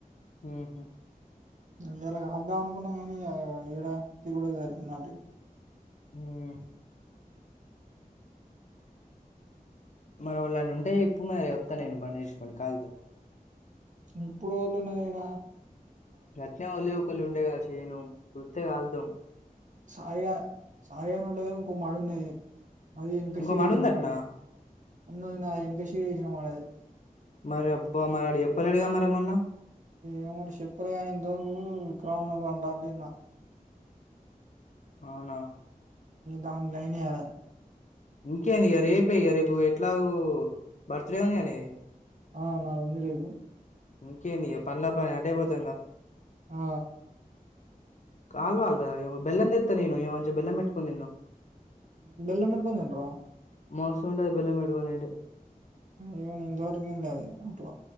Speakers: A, on the left (about 55°); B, on the right (about 55°).
A: ఉహు
B: ఇయలా కాల్దాం అనుకున్నాం కానీ ఏడ తిరుగుడే జరిపోంది నా
A: ఉం మరి వాళ్ళని ఉంటే ఇప్పుడు మరి వత్త నేను బండి చేసుకొని కాళ్ళతో
B: ఎప్పుడు ఎవళ్ళు ఉన్నరు ఇడ
A: ఎట్నే వాళ్ళీ ఒకళ్ళు ఉంటాయి కదా చేను కొరత్తే కాల్దుం
B: సాయిగా సాయిగానోళ్లదే ఇంకో మడి ఉన్నది అది ఎంకాసీరిసిన
A: ఇంకో మాడు ఉందట్నా
B: మడి ఉన్నందున్నది ఆ ఎనుకసిరి ఏసిన మడి అది
A: మరి అబ్బా మరి అడ చెప్పలేడుగా మరి మొన్నా
B: ఏ మరి చెప్పులే గ ఇండ్రోజులు ఇకంఉన్నోళ్లు ఏంటంటే ఇన్న
A: అవునా
B: దాని లైన్ ఎయ్యాలే
A: ఇంకేంది ఇక రేపు ఇక రేపు ఎట్లా గొ బర్త్ డే గా నే
B: ఆ నాదుంది రేపు
A: ఇంకేంది ఇక పన్లో పని అటే పోదాం గా
B: ఆ
A: కాల్వల్రా ఇ గ బెల్లం దెత్త నేను ఇ వంచె బల్లం బెట్టుకొని తిందాం
B: బెల్లం పెట్టుకొని తింట్రా
A: మోస్తుంటాది బెల్లం పెట్టుకొని తింటే
B: ఇవను ఇంతవరకు ఇ అది అట్లా